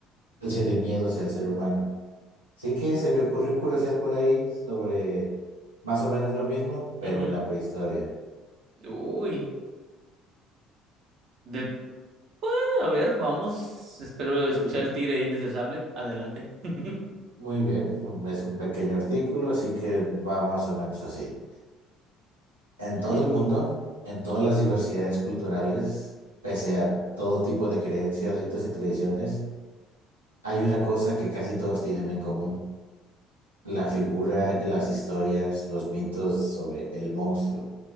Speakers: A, on the right; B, on the right.
A: ansia de miedo hacia el ser humano. Así que se me ocurrió curiosear por ahí sobre más o menos lo mismo, pero
B: Ujú.
A: en la prehistoria.
B: Uy, de... Ah, a ver, vamos. Espero escuchar
A: Muy bien.
B: el tigre de dientes de sable. Adelante. <laughs>
A: Muy bien, es un pequeño artículo, así que va más o menos así. En
B: Ujú.
A: todo el mundo, en todas las diversidades culturales, pese a todo tipo de creencias, ritos y tradiciones, hay una cosa que casi todos tienen en común, la figura, las historias, los mitos sobre el monstruo